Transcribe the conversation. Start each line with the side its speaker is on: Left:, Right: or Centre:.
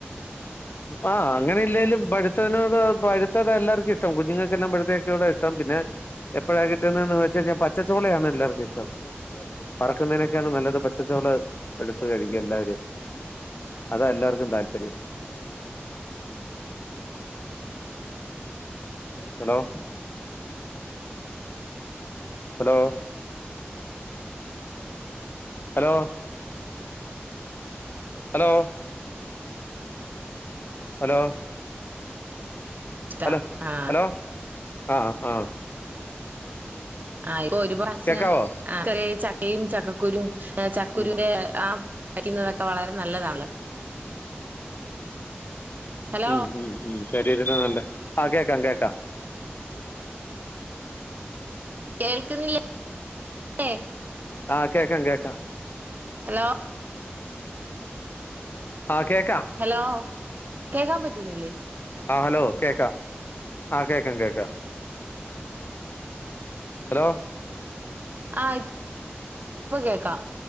Left: ആഹ് അങ്ങനെ ഇല്ലേലും പഴുത്തതിനോട് പഴുത്തത് എല്ലാർക്കും ഇഷ്ടം കുഞ്ഞുങ്ങക്കെല്ലാം പഴുത്ത ചക്കയോടാ ഇഷ്ടം പിന്നെ എപ്പഴാ കിട്ടുന്നേന്ന് വെച്ച കഴിഞ്ഞാൽ പച്ചച്ചോളയാണ് എല്ലാർക്കും ഇഷ്ടം വറുക്കുന്നതിനെക്കാൾ നല്ലത് പച്ചച്ചോള എടുത്തു കഴിക്കും എല്ലാരും അതാ എല്ലാർക്കും താല്പര്യം hello hello hello hello hello
Right: ഇഷ്ടം
Left: ഹലോ
Right: ആ
Left: ഹലോ ആഹ് ആ
Right: ആ ഇപ്പൊ ഒരു ഭാഷ
Left: കേക്കാവോ
Right: ഇത്രേം ചക്ക ചക്കയും ചക്കക്കുരും ചക്കുരുന്റെ
Left: ഉം
Right: ആ വെക്കുന്നതൊക്കെ വളരെ നല്ലതാണല്ലോ ഹലോ
Left: ഉം ഉം ഉം പോരീരുന്ന നല്ലേ ആ കേക്കാം കേക്കാം
Right: കേൾക്കുന്നില്ലേ
Left: ആ കേക്കാം കേക്കാം
Right: ഹലോ
Left: ആ കേക്കാം
Right: ഹലോ കേക്കാൻ പറ്റുന്നില്ലേ
Left: ആ ഹലോ കേക്കാം ആ കേക്കാം കേക്കാം ഹലോ
Right: ആ ഇപ്പ കേക്കാം